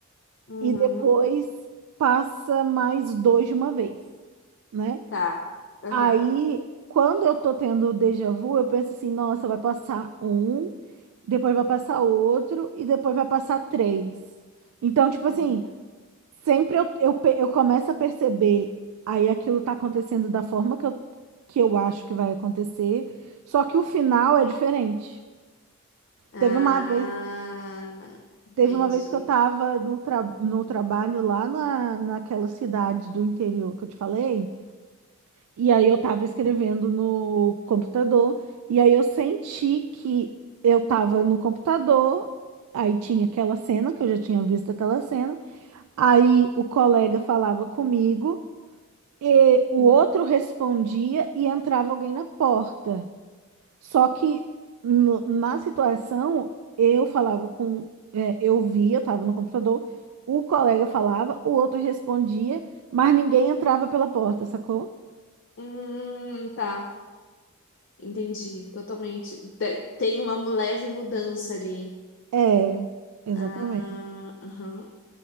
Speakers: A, on the left (about 55°); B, on the right (about 85°).
A: Uhum.
B: e depois passa mais dois de uma vez, né?
A: Tá. Aham.
B: Aí, quando eu tô tendo o déjà vu, eu penso assim, nossa, vai passar um, depois vai passar outro e depois vai passar três. Então, tipo assim,
A: Uhum.
B: sempre eu, eu, pe- eu começo a perceber, aí aquilo tá acontecendo da forma que eu, que eu acho que vai acontecer, só que o final é diferente.
A: Ah,
B: Teve uma vez,
A: entendi.
B: teve uma vez que eu tava no, tra no trabalho lá na, naquela cidade do interior que eu te falei, E aí eu tava escrevendo no computador, e aí eu senti que eu tava no computador, aí tinha aquela cena, que eu já tinha visto aquela cena, aí o colega falava comigo, e o
A: Uhum.
B: outro respondia e entrava alguém na porta. Só que no- na situação, eu falava com, é, eu via, eu tava no computador, o colega falava, o outro respondia, mas ninguém entrava pela porta, sacou?
A: Hum, tá. Entendi, totalmente. Te- Tem uma leve mudança ali.
B: É, exatamente.
A: Ah, aham.